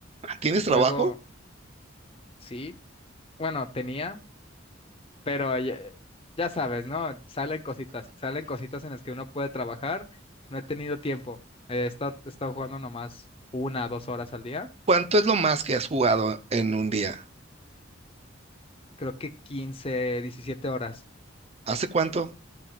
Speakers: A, on the right; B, on the left.
A: ¿Tienes
B: juego,
A: trabajo?
B: sí, bueno, tenía, pero ya, ya sabes, ¿no? Salen cositas, salen cositas en las que uno puede trabajar. No he tenido tiempo. Eh, he estado, he estado jugando nomás una, dos horas al día.
A: ¿Cuánto es lo más que has jugado en un día?
B: Creo que 15 17 horas.
A: ¿Hace cuánto?